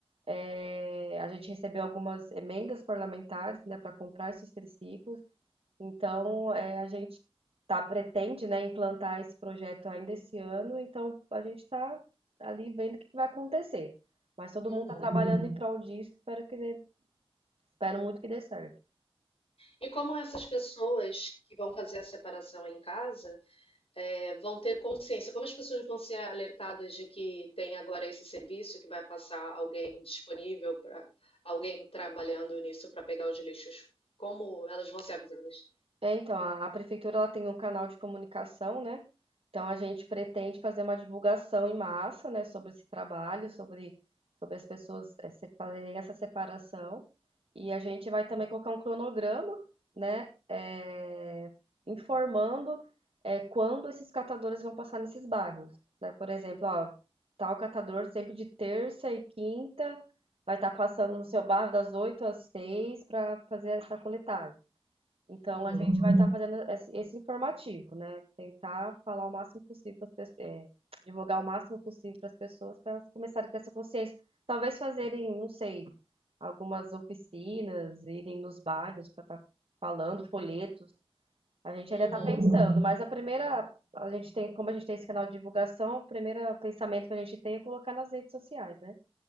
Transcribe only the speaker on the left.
Uhum.
E como essas pessoas que vão fazer a separação em casa, eh, vão ter consciência? Como as pessoas vão ser alertadas de que tem agora esse serviço que vai passar alguém disponível para alguém trabalhando nisso para pegar os lixos? Como elas vão ser avisadas?
Uhum,
uhum,